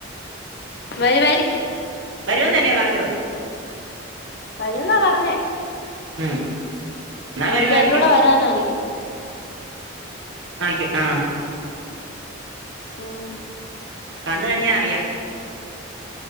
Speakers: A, on the left; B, on the right.
A: വരുവായിരിക്കും.
B: വരൂന്നല്ലേ പറഞ്ഞത്.
A: വരുന്നാ പറഞ്ഞേ.
B: ഉം എന്നാ
A: ഉണ്ണിച്ചേട്ടൻ്റെ
B: വരുവായിരിക്കും
A: കൂടെ വരാനായിരിക്കും.
B: ആയിരിക്കും. ആഹ്
A: ഉം
B: വന്ന് കഴിഞ്ഞാ അറിയാം.